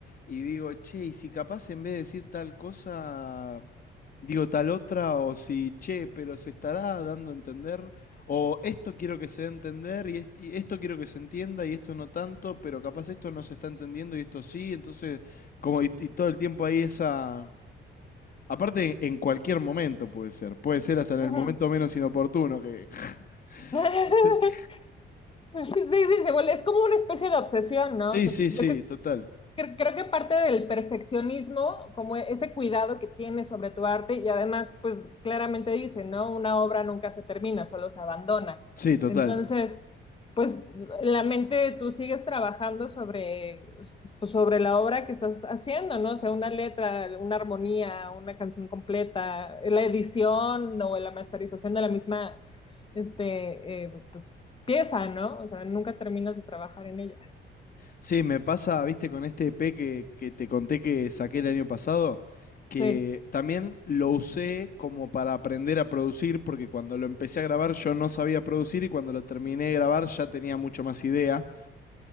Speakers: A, on the left; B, on the left.
A: Y digo, che, ¿y si capaz en vez de decir tal cosa digo tal otra, o si, che, pero se estará dando a entender, o esto quiero que se dé a entender, y, est- y esto quiero que se entienda, y esto no tanto, pero capaz esto no se está entendiendo y esto sí, entonces, como y, y todo el tiempo ahí esa... Aparte, en cualquier momento puede ser, puede ser hasta en
B: Ujú.
A: el momento menos inoportuno que...
B: <laughs>
A: <laughs> que se te-
B: Sí, sí, se vuelve- es como una especie de obsesión, ¿no?
A: Sí,
B: O sea,
A: sí,
B: yo
A: sí,
B: Cre-
A: total,
B: Creo que parte del perfeccionismo, como ese cuidado que tienes sobre tu arte, y además, pues claramente dice, ¿no? Una obra nunca se termina, solo se abandona.
A: sí, total.
B: Entonces, pues la mente tú sigues trabajando sobre, pues, sobre la obra que estás haciendo, ¿no? O sea, una letra, una armonía, una canción completa, la edición o la masterización de la misma, este, eh, pues, pieza, ¿no? O sea, nunca terminas de trabajar en ella.
A: Sí, me pasa, viste, con este EP que, que te conté que saqué el año pasado, que
B: Sí,
A: también lo usé como para aprender a producir, porque cuando lo empecé a grabar yo no sabía producir y cuando lo terminé de grabar ya tenía mucho más idea,